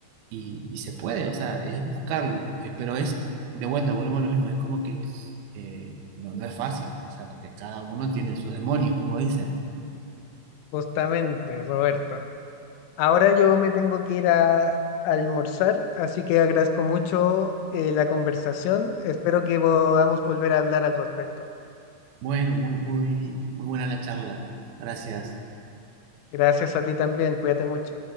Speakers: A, on the right; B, on the left.
A: Y, y se puede, o sea, es buscarlo. eh, Pero es, de vuelta, volvemos a lo mismo, es como que eh, no, no es fácil, o sea, porque cada uno tiene sus demonios, como dicen.
B: Justamente, Roberto. Ahora yo me tengo que ir a, a almorzar, así que agradezco mucho eh, la conversación. Espero que podamos volver a hablar al respecto.
A: Bueno, muy, muy, muy buena la charla. Gracias.
B: Gracias a ti también, cuídate mucho.